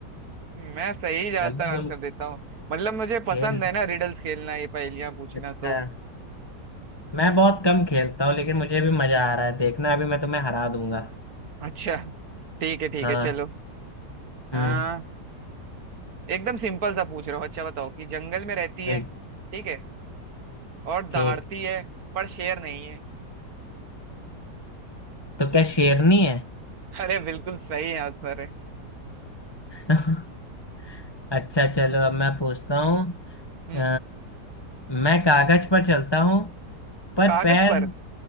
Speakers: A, on the right (about 60°); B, on the left (about 15°).
A: मैं सही ज्यादातर
B: चलो
A: आंसर
B: तुम
A: देता हूँ मतलब मुझे
B: खेल
A: पसंद है
B: रहे
A: ना रिडल्स खेलना ये पहेलियां पूछना
B: अच्छा
A: तो
B: मैं बहुत कम खेलता हूँ लेकिन मुझे भी मजा आ रहा है देखना अभी मैं तुम्हें हरा दूंगा
A: अच्छा ठीक है ठीक
B: हाँ
A: है चलो आ,
B: हम्म
A: एकदम सिंपल सा पूछ रहा हूँ अच्छा बताओ कि जंगल में रहती
B: ठीक
A: है ठीक है और दहाड़ती
B: ठीक
A: है पर शेर नहीं है
B: तो क्या शेरनी है
A: अरे बिल्कुल सही आंसर है
B: <laughs> अच्छा चलो अब मैं पूछता हूँ
A: हम्म
B: अ, मैं कागज पर चलता हूँ पर
A: कागज
B: पैर
A: पर